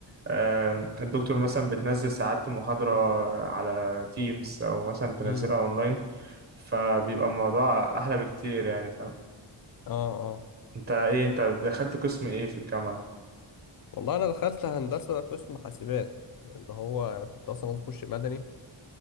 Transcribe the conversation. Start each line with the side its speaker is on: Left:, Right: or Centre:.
Right: آه الدكتور مثلا بتنزل ساعات محاضره على تيمز او مثلا تنزلها
Left: امم
Right: اونلاين فبيبقى الموضوع احلى بكتير يعني فاهم
Left: اه اه
Right: انت ايه انت دخلت قسم ايه في الجامعه
Left: والله انا دخلت هندسه قسم حاسبات اللي هو انا كنت اصلا عايز اخش مدني